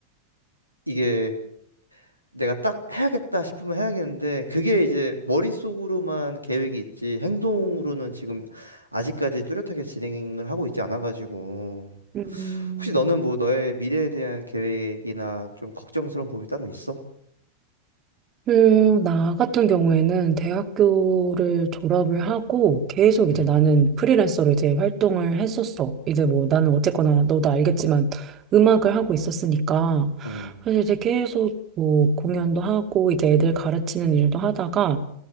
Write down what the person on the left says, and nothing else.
이게 내가 딱 해야겠다 싶으면 해야겠는데 그게 이제 머릿속으로만 계획이 있지 행동으로는 지금 아직까지 뚜렷하게 진행을 하고 있지 않아가지고
혹시 너는 뭐 너의 미래에 대한 계획이나 좀 걱정스러운 부분이 따로 있어?
음,
음,